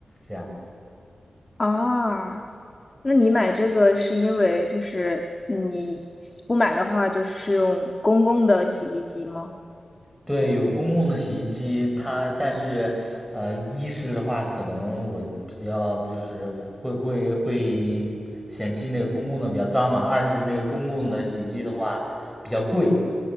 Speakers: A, in the centre; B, on the left.
A: 这样。
B: 啊，那你买这个是因为就是你不买的话，就是用公共的洗衣机吗？
A: 对，有公共的洗衣机，它但是，呃，一是的话，可能我比较就是会会会嫌弃那个公共的比较脏嘛，二是那个公共的洗衣机的话比较贵，